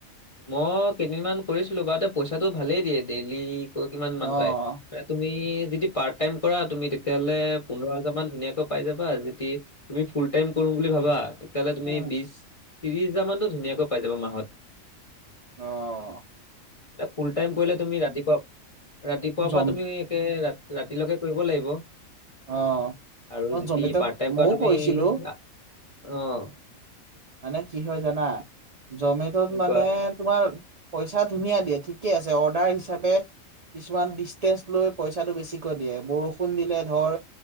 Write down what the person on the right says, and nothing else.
অ',
উম,
অঁ।
জম
অহ
মই
জমেটক
মইও
কৈছিলো
মানে কি হয় জানা জমেটত
মানে
তোমাৰ- পইচা ধুনীয়া দিয়ে ঠিকে আছে অৰ্ডাৰ হিচাপে- কিছুমান ডিচটেঞ্চ লৈ পইচাটো বেছিকৈ দিয়ে। বৰষুণ দিলে ধৰ-